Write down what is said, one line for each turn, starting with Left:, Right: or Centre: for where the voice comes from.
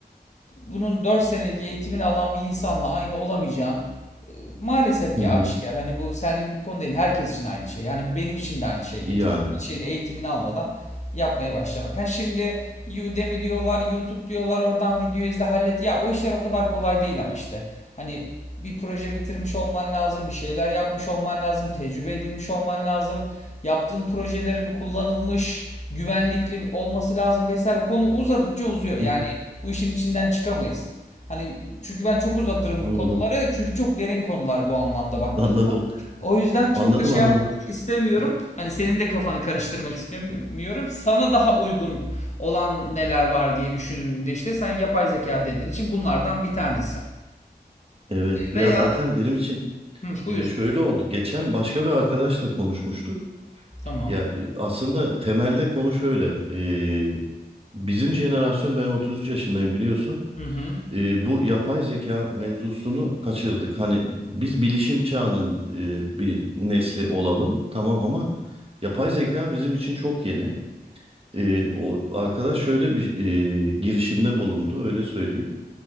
Left: bunun 4 senelik eğitimini alan bir insanla aynı olamayacağın e, maalesef
Right: hı
Left: ki
Right: hı.
Left: aşikar. Hani bu senlik bir konu değil. Herkes için aynı şey. Yani benim için de aynı şey
Right: Yani.
Left: geçer. Bir şeyin eğitimini almadan yapmaya başlamak. Ha şimdi Udemy diyorlar, YouTube diyorlar, oradan video izle hallet. Ya o işler o kadar kolay değil ama işte. Hani bir proje bitirmiş olman lazım, bir şeyler yapmış olman lazım, tecrübe edinmiş olman lazım. Yaptığın projelerin kullanılmış, güvenlikli olması lazım vesaire. Konu uzadıkça uzuyor. Yani
Right: Hı hı.
Left: bu işin içinden çıkamayız. Hani çünkü ben çok uzatırım
Right: Anladım.
Left: bu konuları. Çünkü çok derin konular bu anlamda baktığın
Right: Anladım.
Left: zaman. O yüzden
Right: Anladım
Left: çok da şey
Right: anladım.
Left: yapmak istemiyorum. Hani senin de kafanı karıştırmak istemiyorum. Sana daha uygun olan neler var diye düşündüğümde işte sen yapay zeka dediğin için bunlardan bir tanesi.
Right: Evet. Ya
Left: Veya
Right: zaten benim için
Left: hı, buyur.
Right: e, şöyle oldu. Geçen başka bir arkadaşla konuşmuştuk.
Left: Tamam.
Right: Ya e, aslında temelde konu şöyle. e, bizim jenerasyon ben 33 yaşındayım biliyorsun.
Left: Hı hı.
Right: E, bu yapay zeka mevzusunu kaçırdık. Hani biz bilişim çağının e, bir nesli olalım tamam ama yapay zeka bizim için çok yeni. E, o arkadaş şöyle bir e, girişimde bulundu öyle söyleyeyim.